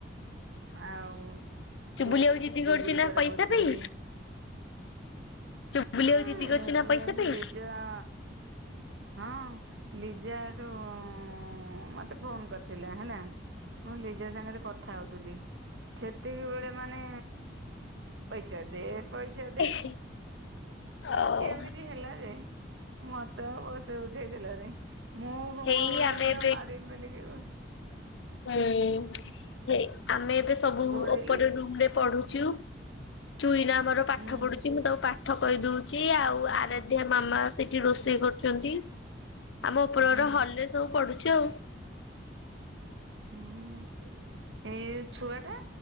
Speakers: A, on the right (about 80°); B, on the left (about 80°).
A: ଆଉ
B: ଚୁବୁଲି
A: ଚୁ
B: ଆଉ ଜିଦି
A: ଚୁଗୁଲି
B: କରୁଛି ନା
A: ତାର
B: ପଇସା
A: ବସିକି
B: ପାଇଁ ଚୁବୁଲି ଆଉ
A: ହଁ
B: ଜିଦି କରୁଛି
A: ଏବେ
B: ନା ପଇସା
A: ମୁଁ
B: ପାଇଁ
A: ଲିଜା ହଁ ଲିଜାଠୁ ଉ ମତେ ଫୋନ କରିଥିଲା ହେଲା। ମୁଁ ଲିଜା ସାଙ୍ଗରେ କଥା ହଉଥିଲି। ସେତିକି ବେଳେ ମାନେ ପଇସା ଦେ ପଇସା
B: ହୁଁ
A: ଦେ
B: ଆଉ
A: ଏମିତି ହେଲା ଯେ ମୋତେ ଆଉ। <inaudible> ସେ ଉଠେଇଥିଲାନି ମୁଁ ଭଙ୍ଗ
B: ହେଇ
A: ଭଳିଆ
B: ଆମେ
A: ମୁଁ
B: ଏବେ
A: ତାକୁ ମାରିମି ବୋଲି କି
B: ହୁଁ ଆମେ ଏବେ ସବୁ
A: ଗୋଡେଇଲି
B: ଉପର ରୁମ ରେ ପଢୁଛୁ। ଚୁଇନା ଆମର ପାଠ
A: ହୁଁ
B: ପଢୁଛି ମୁଁ ତାକୁ ପା ଠ କହିଦେଉଛି ଆଉ ଆରାଧ୍ୟା ମାମା ସେଇଠି ରୋଷେଇ କରୁଛନ୍ତି ଆମ ଉପରର
A: ହୁଁ
B: ହଲରେ ସବୁ ପଢୁଚି ଆଉ।
A: ହୁଁ ଏ ଛୁଆ ଟା